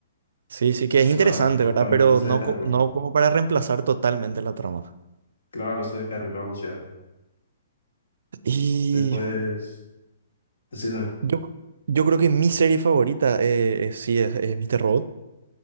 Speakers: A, on the right; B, on the left.
A: Sí, sí que
B: O
A: es interesante,
B: sea, totalmente
A: ¿verdad? Pero
B: se
A: no,
B: descarriló.
A: co- no como para reemplazar totalmente la trama.
B: Claro, se descarriló demasiado.
A: Y
B: Después, sí, no,
A: yo, yo creo que mi serie favorita eh, eh, sí es, es Mr. Robot.